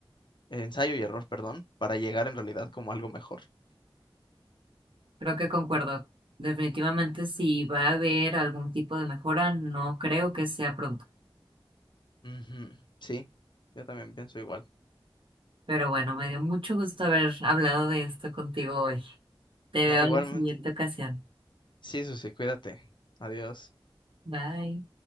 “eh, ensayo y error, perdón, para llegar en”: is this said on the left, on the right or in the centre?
Left